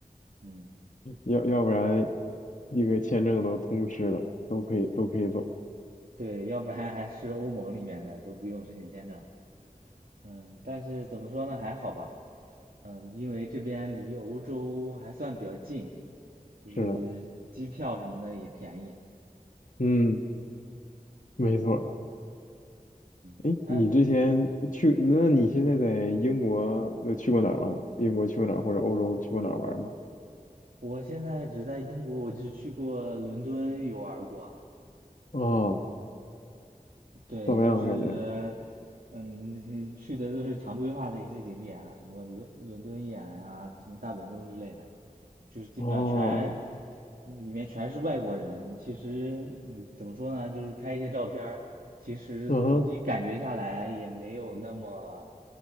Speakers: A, on the right; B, on the left.
A: 嗯。
B: 要要不然一个签证都通吃了，都可以都可以走。
A: 对，要不然还是欧盟里面的都不用申请签证。嗯，但是怎么说呢，还好吧。嗯，因为这边离欧洲还算比较近，就是机票什么的也便宜。
B: 是的，嗯，没错。哎，
A: 嗯，那
B: 你之前去，那你现在在英国都去过哪儿吗？英国去过哪儿，或者欧洲去过哪儿玩儿吗？
A: 我现在只在英国，我就去过伦敦游玩过。
B: 啊，
A: 对，
B: 怎么样啊感觉？
A: 就是，嗯，<laughs> 去的都是常规化的一些景点啊，什么伦伦敦眼啊，什么大本钟之类的，就是基本上全，
B: 哦，
A: 嗯里面全是外国人。其实，嗯，怎么说呢，就是拍一些照片儿，其实总体感觉下来也没有那么，
B: 嗯哼，